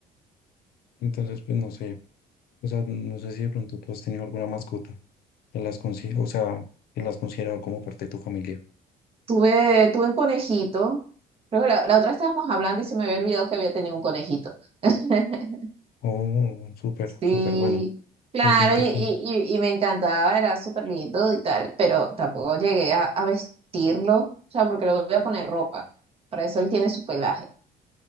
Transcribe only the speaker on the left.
Entonces, pues no sé. O sea, no sé si de pronto tú has tenido alguna mascota que las consi- o sea, que las considerado como parte de tu familia.
Oh, súper,
súper bueno.
Sí, siento
que,